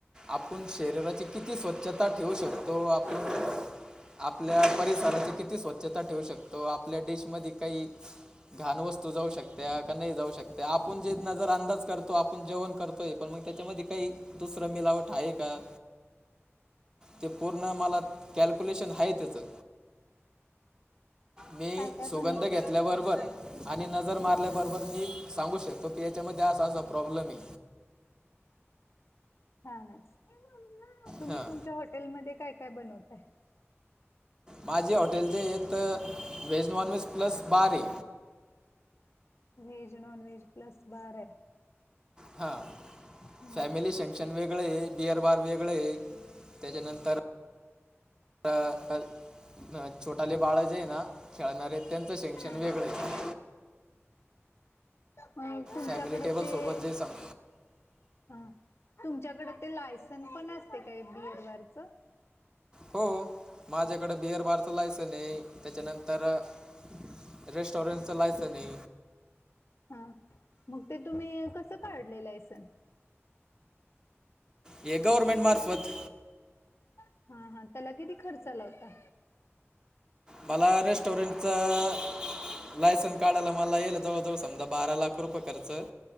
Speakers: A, on the right (about 15°); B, on the left (about 55°).
A: आपण शरीराची किती स्वच्छता ठेवू शकतो आपण. आपल्या परिसराची किती स्वच्छता ठेवू शकतो आपल्या डिश मध काही. घाण वस्तू जाऊ शकते का नाही जाऊ शकते आप आपण जे नजर अंदाज करतो आपण जेवण करतोय पण मग त्याच्यामध्ये काही दुसरं मिलावट आहे का?
B: <unintelligible>
A: ते पूर्ण मला कॅल्क्युलेशन आहे त्याचं. मी
B: काय काय
A: सुगंध
B: बनवताय
A: घेतल्याबरोबर आणि नजर मारल्याबरोबर मी सांगू शकतो. त पी एचच्या ममध्येे असा प्रॉब्लेमही.
B: छानच तुम्ही
A: हां
B: तुमच्या हॉटेल मध्ये काय काय बनवताय.
A: माझे हॉटेलचे य व्हेज नॉन व्हेज प्लस बारी.
B: वेज नॉन वेज प्लस बारा आहे.
A: हा
B: हम्म.
A: फॅमिली फंक्शन वेगळं आहे बडिअर बार वेगळं आहे त्याच्यानंतर. तर छोटाले बाळ जे ना खेळणारे. त्यांचं सेक्शन
B: हा.
A: वेगळं आहे.
B: नाही. तुमच्याकडें
A: फॅमिली टेबलसोबत
B: ते-
A: जे सांग
B: हा. तुमच्याकडे ते लायसन पण असते काय? बीअ र बारच?
A: हो. माझ्याकडें बिअर बारचं लायसन ए, त्याच्यानंतर- रेस्टॉरंटच लायसनए.
B: हा. मग ते तुम्ही कसं काढल लायसन?
A: हे गव्हर्मेंट मार्फत.
B: हा हा. त्याला किती खर्च आला होता?
A: मला रेस्टॉरंटच- लायसन्स काढायला मला येईलये जवळ जवळ समजा बारा लाख रुपये- कर्चं.